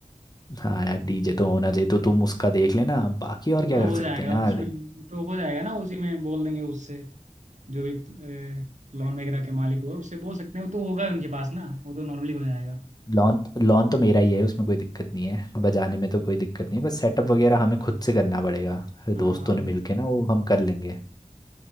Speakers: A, on the left; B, on the right.
A: हाँ यार डीजे तो होना चाहिए तो तुम उसका देख लेना बाकी और
B: वो
A: क्या
B: तो
A: कर
B: हो
A: सकते
B: जाएगा
A: हैं यार
B: उसमें तो हो जाएगा ना उसी में बोल देंगे उससे जो भी लोन वगैरह के मालिक हुए उससे बोल सकते हैं वो तो होगा उनके पास ना वो तो नॉर्मली हो जाएगा
A: लॉन लॉन तो मेरा ही है उसमें कोई दिक्कत नहीं है बजाने में तो कोई दिक्कत नहीं है बस सेटअप वगैरह हमें खुद से करना पड़ेगा फिर
B: हाँ
A: दोस्तों ने मिलके ना वो हम कर लेंगे